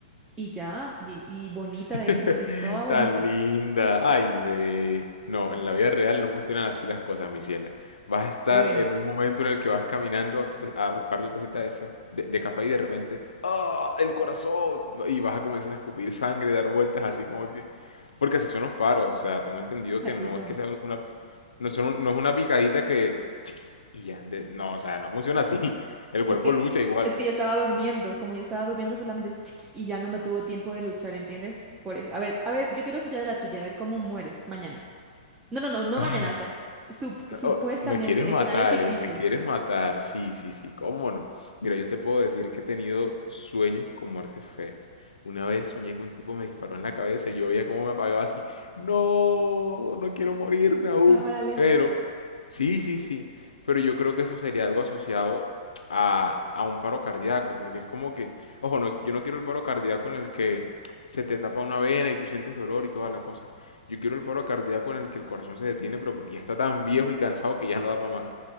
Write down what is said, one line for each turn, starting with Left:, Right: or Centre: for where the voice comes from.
Right: y ya, y, y bonita,
Left: <laughs>
Right: de hecho, toda bonita.
Left: Tan linda. Ay, ve. No, en la vida real no funcionan así las cosas, mi ciela. Vas a estar
Right: Bueno,
Left: en un momento en el que vas caminando a, tu ta- a buscar tu tacita de, fe- de, de café y de repente, ¡ah! ¡El corazón! Y vas a comenzar a escupir sangre, dar vueltas así como que... Porque así son los paros, o sea, tengo entendido
Right: así
Left: que no
Right: son.
Left: es que sea una... No, son un- no es una picadita que... chiqui, Y ya, de- no, o sea, no funciona así. <laughs> El cuerpo
Right: Es que,
Left: lucha igual.
Right: es que yo estaba durmiendo. Como yo estaba durmiendo, solamente <tsk> y ya no me tuvo tiempo de luchar, ¿entiendes? Por eso. A ver, a ver, yo quiero escuchar de la tuya, a ver cómo mueres mañana. No, no, no, no
Left: Ay.
Right: mañana, o sea, sup- supuestamente,
Left: Oh, me quieres matar,
Right: escenario ficticio.
Left: eh, me quieres matar. Sí, sí, sí, cómo no. Mira, yo te puedo decir que he tenido sueños con muertes feas. Una vez soñé que un tipo me disparó en la cabeza y yo veía cómo me apagaba así. No, no quiero morirme aún.
Right: ¿Cámara lenta?
Left: Pero, sí, sí, sí. Pero yo creo que eso sería algo asociado a, a un paro cardíaco, porque es como que, ojo, no, yo no quiero el paro cardíaco en el que se te tapa una vena y tú sientes dolor y toda la cosa. Yo quiero el paro cardíaco en el que el corazón se detiene, pero porque ya está tan viejo y cansado que ya no da para más.